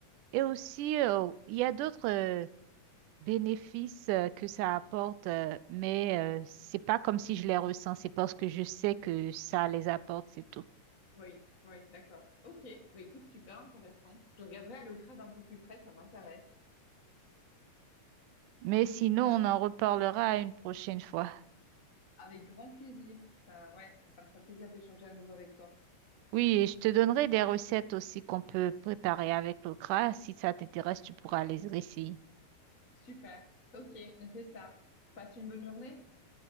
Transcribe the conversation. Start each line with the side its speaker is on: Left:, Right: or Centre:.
Right: et aussi, euh, il y a d'autres euh, bénéfices euh, que ça apporte, euh, mais euh, c'est pas comme si je les ressens. C'est parce que je sais que ça les apporte, c'est tout.
Left: Oui, oui, d'accord. Ok. Bah, écoute, super intéressant. Je regarderai à l'ocra d'un peu plus près, ça m'intéresse.
Right: Mais sinon,
Left: Euh,
Right: on en reparlera une prochaine fois.
Left: avec grand plaisir. Ça, ouais, ça me ferait plaisir d'échanger à nouveau avec toi.
Right: Oui, et je te donnerai des recettes aussi qu'on peut préparer avec le gras. Si ça t'intéresse, tu pourras les essayer.
Left: Super. Ok, on fait ça. Passe une bonne journée.